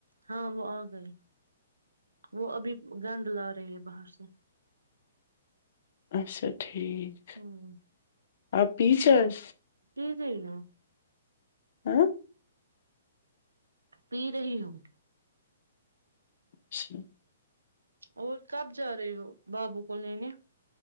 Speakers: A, on the right; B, on the left.
A: ہاں وہ آ گئیں وہ ابھی گندھ لا رہی ہے باہر سے
B: اچھا ٹھیک
A: ہوں
B: آپ پی چاۓ
A: پی جائی نا
B: اں
A: پی رہی ہوں
B: اچھا
A: اور کب جا رہے ہو بابو کو لینے